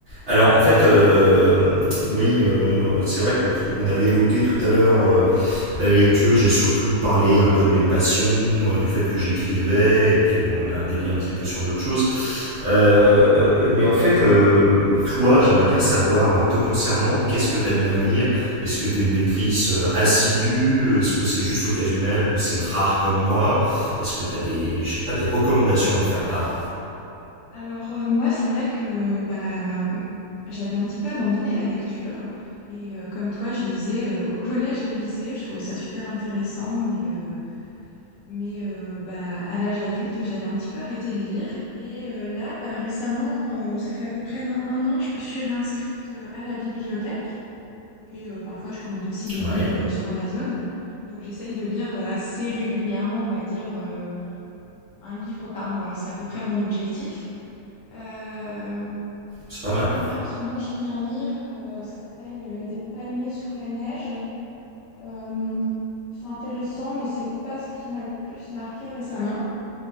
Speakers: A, on the right (about 50°); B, on the left (about 70°).
A: Alors en fait, euh, oui, euh, c'est vrai que tout- on avait évoqué tout à l'heure euh, la lecture. J'ai surtout parlé un peu de mes passions, euh, du fait que j'écrivais, et puis bon, on a dévié un petit peu sur d'autres choses. Euh, mais en fait, euh, toi, j'aimerais bien savoir, euh, te concernant, qu'est-ce que t'aimes bien lire? Est-ce que t'es une lectrice euh, assidue? Est-ce que c'est juste occasionnel ou c'est rare comme moi? Est-ce que t'as des, je sais pas, des recommandations à me faire part?
B: Alors euh, moi, c'est vrai que bah, j'avais un petit peu abandonné la lecture et euh, comme toi, je lisais euh, au collège et au lycée, je trouvais ça super intéressant, mais, euh, mais euh, bah, à l'âge adulte, j'avais un petit peu arrêté de lire et euh, là, bah, récemment, euh, ça fait à peu près un, un an, je me suis réinscrite euh, à la bibliothèque et euh, parfois, je commande aussi des
A: Ouais,
B: livres euh, sur Amazon. Donc j'essaye de lire euh, assez régulièrement, on va dire, euh, un livre par mois. C'est à peu près mon objectif. Euh,
A: c'est pas
B: Bon,
A: mal.
B: là, en ce moment, je lis un livre, euh, ça s'appelle euh, Des palmiers sous la neige. Euh, c'est intéressant, mais c'est pas ce qui m'a le plus marqué récemment.